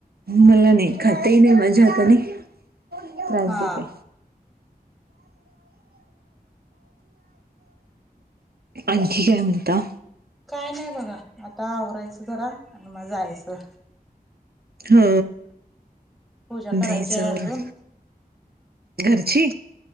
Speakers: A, on the right; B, in the centre.
A: मला नाही. खाते नाही म्हणजे आता नाही त्रास
B: हा
A: देते. आणखी काय म्हणता?
B: काय नाही बघा. आता आवरायचं जरा. आणि मग जायचं.
A: हो
B: पूजा
A: जायच
B: करायची आहे
A: आवरुन.
B: अजून
A: घरची.